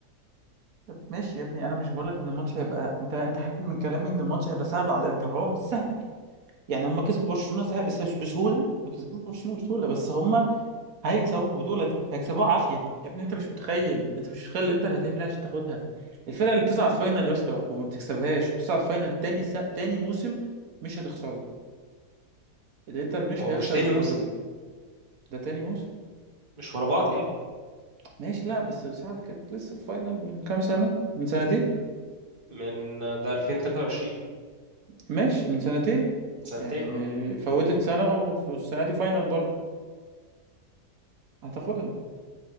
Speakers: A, on the right (about 60°); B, on the right (about 35°).
A: طب ماشي يا ابني انا مش بقول لك ان الماتش هيبقى انت انت حاسس من كلامي ان الماتش هيبقى سهل على الانتر هو مش سهل يعني هم كسبوا برشلونه سهل بس مش بسهوله ما كسبوش برشلونه بسهوله بس هم هيكسبوا البطولة دي هيكسبوها عافية يا ابني انت مش متخيل انت مش متخيل الانتر هتعمل ايه عشان تاخدها الفرقة اللي بتصعد فاينل يا اسطى وما بتكسبهاش بتصعد فاينل تاني سا... تاني موسم مش هتخسره الانتر مش
B: هو مش
A: هيخسر
B: تاني
A: البطولة
B: موسم
A: دي ده تاني موسم
B: مش ورا بعض يعني
A: ماشي لا بس سعد كانت لسه في فاينل من كام سنة من سنتين
B: من ده 2023
A: ماشي من سنتين
B: من سنتين
A: يعني دي-
B: اه
A: فوتت سنة والسنة دي فاينل برضه هتاخدها